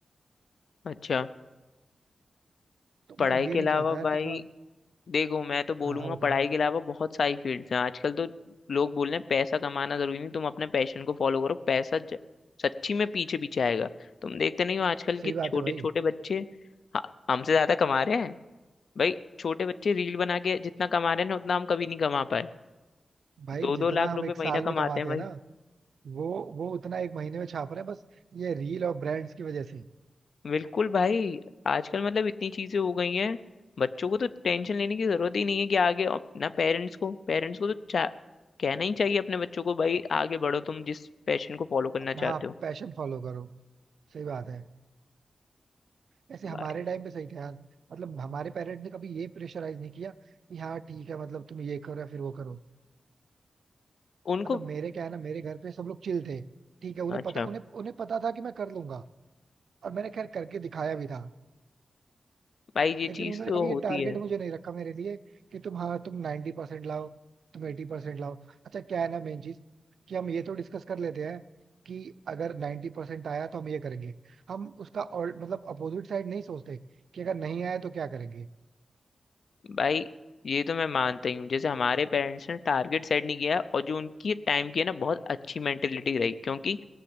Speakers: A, on the left; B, on the right.
A: अच्छा
B: तो
A: पढ़ाई
B: मैं ये
A: के
B: नहीं
A: अलावा
B: चाहता
A: भाई
B: यार कि थोड़ा
A: देखो मैं तो बोलूंगा
B: हाँ बताओ
A: पढ़ाई के अलावा बहुत सारी फील्ड्स हैं आजकल तो लोग बोल रहे हैं पैसा कमाना जरूरी नहीं तुम अपने पैशन को फॉलो करो पैसा ज... सच्ची में पीछे पीछे आएगा तुम देखते नहीं हो आजकल के
B: सही बात
A: छोटे
B: है भाई
A: छोटे बच्चे ह- हमसे ज्यादा कमा रहे हैं भाई छोटे बच्चे रील बना के जितना कमा रहे हैं ना उतना हम कभी नहीं कमा पाए
B: भाई
A: दो
B: जितना
A: दो लाख
B: हम
A: रुपए
B: एक साल
A: महीना
B: में
A: कमाते
B: कमाते
A: हैं
B: हैं ना वो वो उतना एक महीने में छाप रहे हैं बस ये रील और ब्रांड्स की वजह से
A: बिल्कुल भाई आजकल मतलब इतनी चीजें हो गई हैं बच्चों को तो टेंशन लेने की जरूरत ही नहीं है कि आगे अपना पेरेंट्स को पेरेंट्स को तो चा, कहना ही चाहिए अपने बच्चों को भाई आगे बढ़ो तुम जिस पैशन को फॉलो करना
B: अपना
A: चाहते
B: हाँ
A: हो
B: पैशन फॉलो करो सही बात है वैसे हमारे
A: भाई
B: टाइम पे सही था यार मतलब हमारे पेरेंट्स ने कभी ये प्रेशराइज नहीं किया कि हाँ ठीक है मतलब तुम ये करो या फिर वो करो
A: उनको
B: मतलब मेरे क्या है ना मेरे घर पे सब लोग चिल थे ठीक है उन्हें
A: अच्छा
B: पता उन्हें उन्हें पता था कि मैं कर लूंगा और मैंने खैर करके दिखाया भी था
A: भाई ये
B: लेकिन
A: चीज
B: उन्होंने
A: तो
B: कभी
A: होती
B: ये टारगेट
A: है
B: मुझे नहीं रखा मेरे लिए कि तुम हाँ तुम नाइन्टी परसेंट लाओ तुम एटी परसेंट लाओ अच्छा क्या है ना मेन चीज कि हम ये तो डिस्कस कर लेते हैं कि अगर नाइन्टी परसेंट आया तो हम ये करेंगे हम उसका और मतलब अपोजिट साइड नहीं सोचते कि अगर नहीं आया तो क्या करेंगे
A: भाई ये तो मैं मानता ही हूँ जैसे हमारे पेरेंट्स ने टारगेट सेट नहीं किया और जो उनकी टाइम की है ना बहुत अच्छी मेंटेलिटी रही क्योंकि